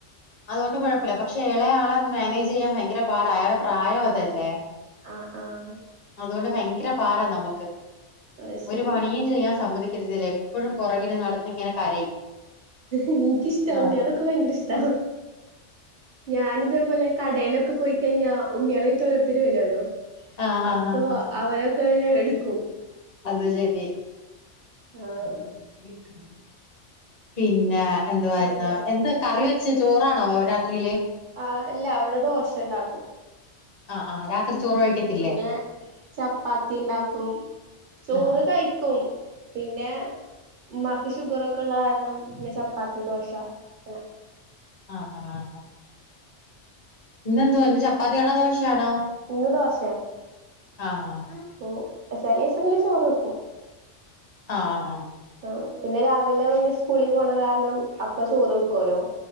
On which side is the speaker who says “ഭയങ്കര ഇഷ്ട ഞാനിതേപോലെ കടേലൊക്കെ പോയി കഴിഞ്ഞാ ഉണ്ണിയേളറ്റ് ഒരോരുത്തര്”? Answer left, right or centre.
Right